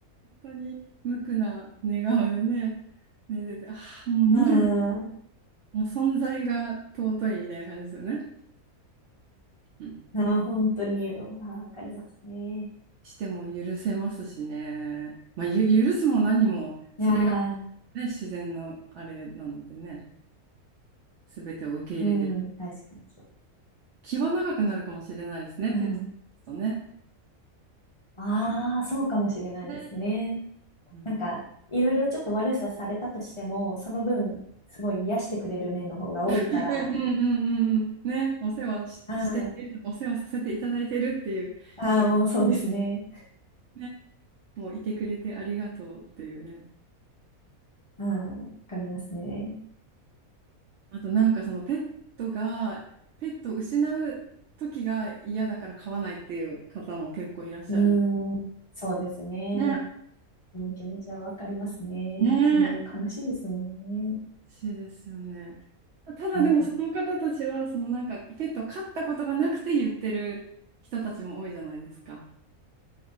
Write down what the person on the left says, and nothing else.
うん。あ
ー本当に、わわかりますね。
いやー、
うん、確かにそう。
うん。
ああ、そうかもしれないですね。
なんか、いろいろちょっと悪さされたとしても、その分、すごい癒してくれる面の方が多いから、
はい。
ああ、
もうそうですね。
うん、わかりますね。
うーん、そうですね。
でも、気持ちはわかりますね。
すごい悲しいですもんね。
うん、